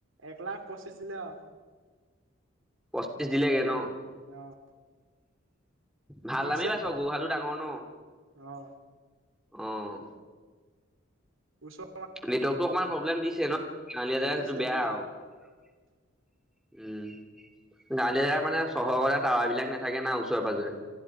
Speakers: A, on the right; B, in the centre.
A: এক লাখ পঁচিছ দিলে আৰু।
B: পঁচিছ দিলেগে ন।
A: অ',
B: ভাল
A: ত্ৰিছে
B: দামেই পাইছো। গৰুহালো ডাঙৰ ন।
A: অ',
B: অ',
A: ওচত
B: নেটৱৰ্কটো অকমান প্ৰব্লেম দিছে ন। গাঁৱলীয়া জেগাত
A: দিছে
B: সেইটো বেয়া
A: দিছে
B: আৰু। উম, গাঁৱলীয়া জেগা মানে, চহৰৰ টাৱাবিলাক নাথাকে ন, ওচৰে পাজৰে।